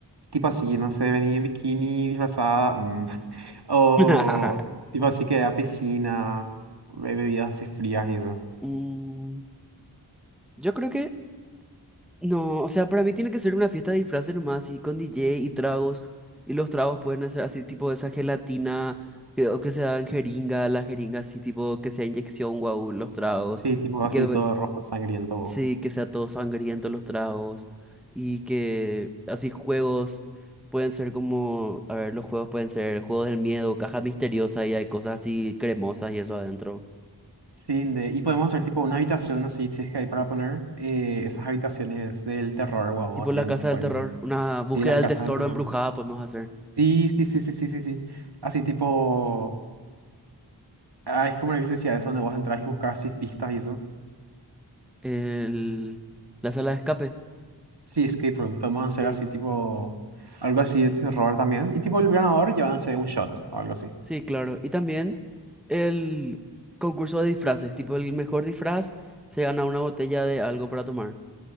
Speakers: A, on the right; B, in the centre.
A: tipo así, no sé, venir en bikini, disfrazada, mm, <laughs> o
B: <laughs>
A: tipo así que a piscina, be- bebidas así frías y eso.
B: Mm, yo creo que No, o sea, para mí tiene que ser una fiesta de disfraces nomás, y con DJ y tragos. Y los tragos pueden ser así, tipo esa gelatina, que, o que se dan jeringa, la jeringa así, tipo que sea inyección, guau, los tragos.
A: Sí, tipo
B: Y
A: así
B: que
A: todo rojo sangriento.
B: sí, que sea todo sangriento los tragos. Y que así juegos pueden ser como, a ver, los juegos pueden ser juegos del miedo, caja misteriosa y hay cosas así cremosas y eso adentro.
A: Sí, de- y podemos hacer tipo una habitación así, si es que hay para poner eh, esas habitaciones del terror, guau,
B: Tipo
A: así
B: la
A: en
B: casa
A: tipo
B: del
A: ahí.
B: terror, una búsqueda
A: Y las
B: del
A: casas
B: tesoro
A: del terror.
B: embrujada podemos hacer.
A: Sí, sí, sí, sí, sí, sí, sí. Así tipo. Ah, es como lo que se decía, eso donde vos entras y buscas así pistas y eso.
B: El... La sala de escape.
A: Sí, escape room. Podemos
B: Sí,
A: hacer así tipo. Algo así de terror también. Y tipo el ganador llévanse un shot o algo así.
B: sí, claro. Y también el concurso de disfraces, tipo el mejor disfraz se gana una botella de algo para tomar.